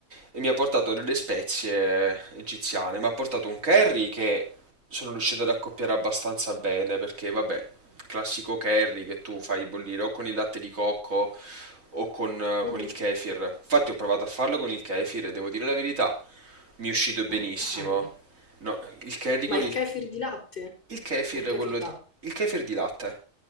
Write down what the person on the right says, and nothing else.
e mi ha portato delle spezie egiziane. Mi ha portato un curry che sono riuscito ad accoppiare abbastanza bene perché, vabbè, classico curry che tu fai bollire o con il latte di cocco o con, eh,
con il kefir. Infatti ho provato a farlo con il kefir e devo dire la verità, mi è uscito benissimo.
No, il curry con
il...
Il kefir,
è quello
di... Il kefir di latte.